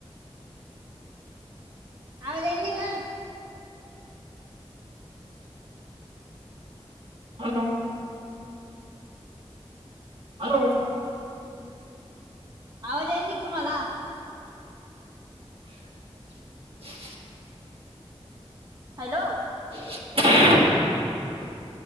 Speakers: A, on the right (about 40°); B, on the right (about 65°).
A: आवाज येईना का?
B: हॅलो. हॅलो.
A: आवाज येईन का तुम्हाला?
B: <unintelligible>
A: हॅलो.
B: <unintelligible>